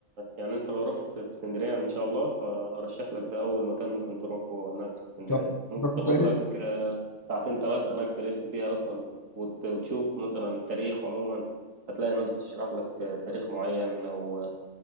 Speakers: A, on the right; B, on the left.
A: يعني انت لو رحت اسكندريه ان شاء الله فارشح لك ده اول مكان ممكن تروحه هناك في اسكندريه
B: طب
A: ممكن
B: طب أنت
A: تاخد
B: إيه
A: لك آه، ساعتين ثلاثه هناك تلف فيها اصلا وت... وتشوف مثلا التاريخ عموما هتلاقي ناس بتشرح لك آه، تاريخ معين او